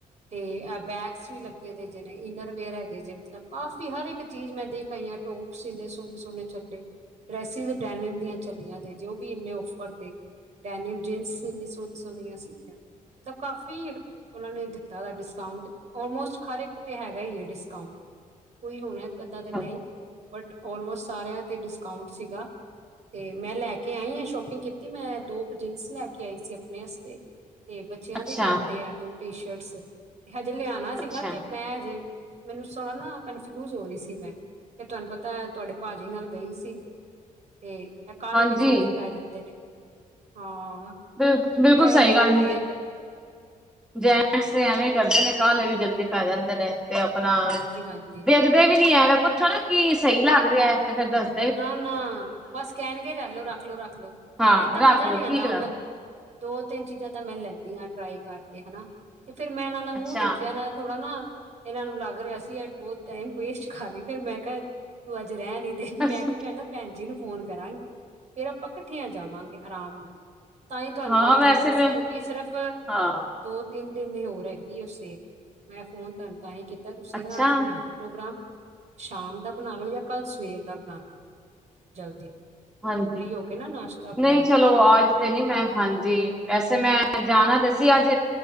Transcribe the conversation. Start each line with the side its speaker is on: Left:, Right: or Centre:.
Right: ਤੇ ਬੈਗਸ ਵੀ ਲੱਗੇ ਦੇ ਜਿ ਨੇ ਇਨਰਵੇੇਅਰ ਹੈਗੇ ਜੇ ਮਤਲਬ ਕਾਫੀ ਹਰ ਇੱਕ ਚੀਜ਼ ਮੈਂ ਦੇਖ ਕਈਆਂ ਟੋਪ ਸੀਨੇ ਸੋਹਣੇ ਸੋਹਣੇ ਚੱਲੇ ਡਰੈਸਿਸ ਡੈਨਮ ਦੀਆਂ ਚੱਲੀਆਂ ਨੇ ਜੇ ਉਹ ਵੀ ਇੰਨੇ ਓਫਰ ਤੇ ਡੈਨਿਵ ਜਿਨਸ ਇੰਨਨੀ ਸੋਹਣੀ ਸੋਹਣੀਆਂ ਸੀਗੀਆਂ ਮਤਲਬ ਕਾਫੀ ਉਹਨਾਂ ਨੇ ਦਿੱਤਾ ਡਿਸਕਾਊਂਟ ਆਲਮੋਸਟ ਹਰ ਇੱਕ ਤੇ ਹੈਗਾ ਹੀ ਹੈ ਡਿਸਕਾਊਂਟ ਕੋਈ ਹੁਣ ਕਿੱਦਾਂ
Centre: ਅੱਛਾ,
Right: ਤੇ ਨਹੀਂ ਬਟ ਲਮੋਸਟ ਸਾਰਿਆਂ ਤੇ ਡਿਸਕਾਊਂਟ ਸੀਗਾ ਤੇ ਮੈਂ ਲੈ ਕੇ ਆਈ ਹਾਂ ਸ਼ੋਪਿੰਗ ਕੀਤੀ ਮੈਂ ਦੋ ਕੁ ਜੀਨਸ ਲੈ ਕੇ ਆਈ ਸੀ ਆਪਣੇ ਵਸਤੇ ਤੇ ਬੱਚਿਆਂ
Centre: ਅੱਛਾ
Right: ਦੇ ਲਿਆਂਦੇ ਹੈ ਦੋ ਟੀ ਸ਼ਰਟਸ ਹਜੇ ਲਿਆਣਾ ਸੀਗਾ
Centre: ਅੱਛਾ
Right: ਤੇ ਮੈਂ ਹਜੇ ਮੈਨੂੰ ਸੋਹਣਾ ਨਾ ਕੰਨਫਿਊਜ ਹੋ ਰਹੀ ਸੀ ਮੈਂ ਫ ਤੁਹਾਨੂੰ ਪਤਾ ਤੁਹਾਡੇ ਭਾਜੀੀ ਨਾਲ ਗਈ ਸੀ ਤੇ ਇਹ ਕਾਲੇ
Centre: ਹਾਂਜੀ
Right: ਵੀ ਚਲਦੀ ਪੈ ਜਾਂਦੇ ਨੇ ਹਾਂ
Centre: ਬਿਲਕੁ ਬਿਲਕੁਲ
Right: ਪਤਾ ਇਹ
Centre: ਸਹੀ
Right: ਨੀ ਰੁਕਦੇ
Centre: ਗੱਲ ਕੀਤੀ
Right: ਹੈ
Centre: ਜੈਂਟਸ ਐਵੇਂ ਕਰਦੇ ਨੇ ਕਾਹਲੇ ਵੀ ਜਲਦੀ ਪੈ ਜਾਂਦੇ ਨੇ ਤੇ ਆਪਣਾ
Right: ਹਾਂਜੀ ਹਾਂਜੀ
Centre: ਦੇਖਦੇ ਵੀ ਨੀ ਹੈ ਅਗਰ ਪੁੱਛੋ ਨਾ ਕੀ ਸਹੀ ਲੱਗਦੇ ਹੈ ਤੇ ਫੇਰ ਦੱਸ
Right: ਨਾ ਨਾ ਬਸ ਕਹਿਣ ਕੇ ਰੱਖ ਲੋ ਰੱਖ ਲੋ ਰੱਖ ਲਓ
Centre: ਹਾਂ
Right: ਫਿਰ ਏਦਾਂ
Centre: ਰੱਖ
Right: ਮਜ਼ਾ
Centre: ਲੋ
Right: ਨਹੀਂ ਆਉਂਦਾ
Centre: ਠੀਕ
Right: ਹੁਣ
Centre: ਲੱਗ
Right: ਮੈਂ ਦੋ ਤਿੰਨ ਚੀਜ਼ਾਂ ਤਾਂ ਮੈਂ ਲੈਂਦੀ ਹਾਂ ਟਰਾਈ ਕਰਕੇ ਹੈਨਾ ਤੇ ਫੇਰ ਮੈਂ ਇਹਨਾਂ ਦਾ ਮੂੰਹ
Centre: ਅੱਛਾ
Right: ਦੇਖਿਆ ਨਾ ਥੋੜਾ ਨਾ ਇਹਨਾਂ ਨੂੰ ਲੱਗ ਰਿਹਾ ਸੀ ਅੱਜ ਬਹੁਤ ਟਾਈਮ ਵੇਸਟ ਕਰਾ ਰਹੀ ਫਿਰ ਮੈਂ ਕਿਹਾ ਤੂੰ ਅੱਜ ਰਹਿਣ ਹੀ ਦੇ ਮੈਂ
Centre: ਅੱਛਾ।
Right: ਕਿਹਾ ਮੈਂ ਨਾ ਭੈਣ ਜੀ ਨੂੰ ਫ਼ੋਨ ਕਰਾਂਗੀ, ਫੇਰ ਆਪਾਂ ਇਕੱਠੀਆਂ ਜਾਵਾਂਗੇ ਆਰਾਮ ਨਾਲ। ਤਾਂ ਹੀ ਤੁਹਾਨੂੰ
Centre: ਹਾਂ
Right: ਕਾਲ
Centre: ਵੈਸੇ
Right: ਕੀਤਾ ਸੀ
Centre: ਮੈਂ
Right: ਕਿਉਂਕਿ ਸਿਰਫ
Centre: ਹਾਂ
Right: ਦੋ ਤਿੰਨ ਦਿਨ ਹੋਰ ਹੈਗੀ ਉਸੇ ਮੈਂ ਫੋਨ ਤੁਹਾਨੂੰ ਤਾਂ ਹੀ ਕੀਤਾ ਤੁਸੀਂ
Centre: ਅੱਛਾ
Right: ਨਾ ਅੱਜ ਬਣਾ ਲੋ ਪ੍ਰੋਗਰਾਮ ਸ਼ਾਮ ਦਾ ਬਣਾ ਲੋ ਜਾਂ ਕੱਲ ਸਵੇਰ ਦਾ ਬਣਾ ਲੋ ਜਲਦੀ
Centre: ਹਾਂਜੀ
Right: ਫ੍ਰੀ ਹੋ ਕੇ ਨਾ ਨਾਸ਼ਤਾ ਵਗੈਰਾ
Centre: ਨਹੀਂ ਚਲੋ
Right: ਤੋਂ
Centre: ਆਜ ਤੇ ਨੀ ਮੈਂ ਹਾਂਜੀ ਵੈਸੇ ਮੈਂ ਜਾਣਾ ਤੁਸੀ ਅੱਜ